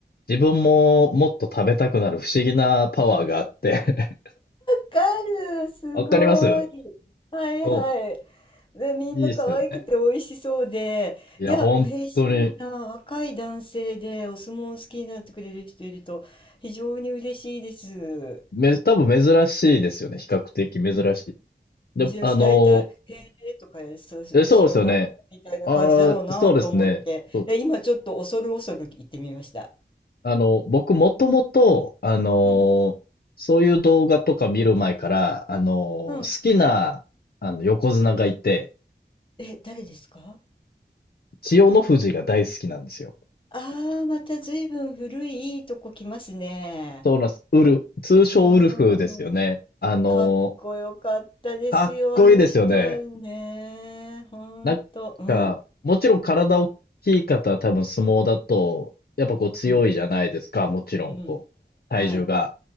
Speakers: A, on the left (about 60°); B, on the left (about 30°).
A: 自分ももっと食べたくなる不思議なパワーがあって <laughs>
B: かる、すごい。
A: わかります
B: はいはい。
A: そ
B: で、みんな可愛くて美味しそうで、
A: う、いいっすよね。いや、
B: いや、
A: 本当に、
B: 嬉しいな。若い男性でお相撲好きになってくれる人いると、非常に嬉しいです。
A: め、多分珍しいですよね。比較的珍しい。
B: うん。
A: で、
B: 珍しい。
A: あの、
B: 大体、へえとか、そう、知らないみたいな感じだろうなと思って、
A: え、そうですよね。ああ、そうですね。そう。
B: で、今ちょっと恐る恐る行ってみました。
A: あの、僕もともと、あのーそういう動画とか見る前から、
B: うん。
A: あのー好きな、
B: うん。
A: あの、横綱がいて、
B: え、誰ですか
A: 千代の富士が大好きなんですよ。
B: ああー、また随分古いいいとこ来ますね。
A: そうなんです。ウル、通称ウルフですよね。
B: うーん。
A: あのー
B: かっこよかったですよ、
A: かっこいいですよね。
B: あの人はね。ほんと。
A: なん
B: うん。
A: か、もちろん体大きい方は多分相撲だと、やっぱこう強いじゃないですか。
B: うん。
A: もちろん、
B: うん。
A: こう、体重が。
B: はい。